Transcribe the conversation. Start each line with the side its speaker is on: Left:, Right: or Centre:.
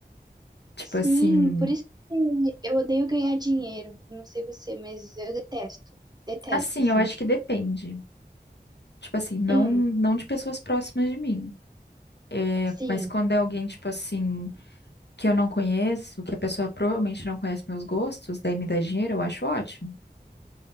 Left: Tipo
Right: Sim,
Left: assim,
Right: por isso que eu odeio ganhar dinheiro. Não sei você, mas eu detesto. Detesto,
Left: assim,
Right: assim.
Left: eu acho que depende. Tipo assim, não
Right: Hum,
Left: não de pessoas próximas de mim. É,
Right: sim.
Left: mas quando é alguém, tipo assim, que eu não conheço, que a pessoa provavelmente não conhece meus gostos, daí me dá dinheiro, eu acho ótimo.